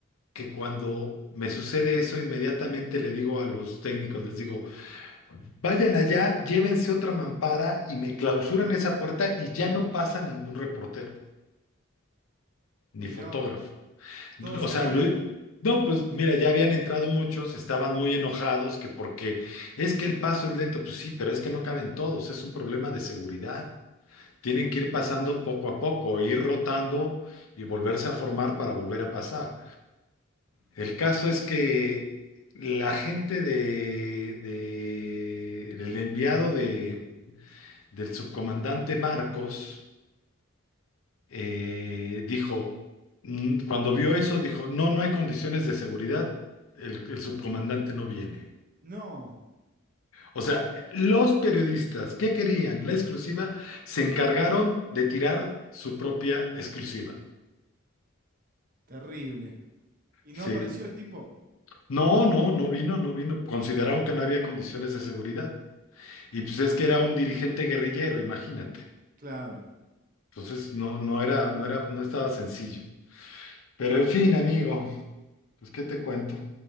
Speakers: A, on the left (about 85°); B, on the right (about 45°).
A: que cuando me sucede eso, inmediatamente le digo a los técnicos, les digo, Vayan allá, llévense otra mampara y me clausuran esa puerta y ya no pasa ningún reportero ni
B: Y
A: fotógrafo.
B: no, todos
A: O
B: afuera.
A: sea, lo- no, pues mira, ya habían entrado muchos, estaban muy enojados que porque es que el paso es lento, pues sí, pero es que no caben todos, es un problema de seguridad. Tienen que ir pasando poco a poco, ir rotando y volverse a formar para volver a pasar. El caso es que la gente de, de- del enviado de del subcomandante Marcos, eh, dijo, mm, cuando vio eso, dijo, no, no hay condiciones de seguridad, el, el subcomandante no viene.
B: No,
A: O sea, los periodistas que querían la exclusiva se encargaron de tirar su propia exclusiva.
B: terrible. ¿Y
A: Sí.
B: no apareció el tipo?
A: No, no, no vino, no vino. Consideraron que no había condiciones de seguridad. Y pues es que era un dirigente guerrillero, imagínate.
B: Claro.
A: Entonces no, no era, no era, no estaba sencillo. Pero en fin, amigo, Pues, ¿qué te cuento?